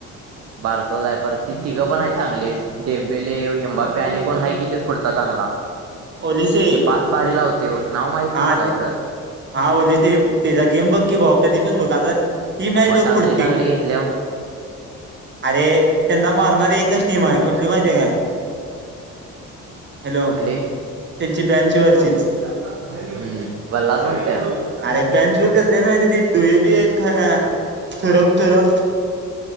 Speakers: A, on the right; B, on the right.
A: बारसं जाय परत ती तिघं पण आहेत चांगली. डेेंबेले <inaudible> एंबा <inaudible> प्याने पण आहे किथ फुडत चांगला
B: ओलिसे
A: ते पाच बारीे ला होत ते बघ नाव माहित
B: हा
A: नाही मला
B: ते
A: एवढं
B: हा ओलिसे त्याचा गेम बघ की भावा कधी पण बघ आता ही मॅच
A: मग
B: बघ
A: चांगली,
B: पुढची
A: चांगली घेतल्यावर
B: अरे त्यांना मारणार एकच <inaudible> नियम आहे कुठली माहिती काय? हॅलो
A: कुठली? <unintelligible>
B: त्यांची बँच वरचीच
A: <inaudible> वल्हास म्हणत
B: अरे बंचवरर कसले आहेत माहि तिथ डुळे बी आहेत थुरम थुरम